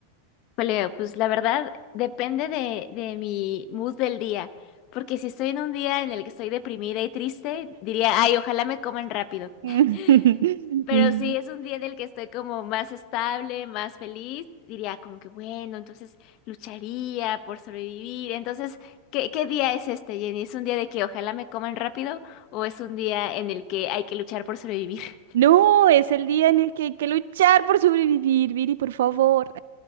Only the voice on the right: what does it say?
<laughs>
No, es el día en el que hay que luchar por sobrevivir, Viri, por favor.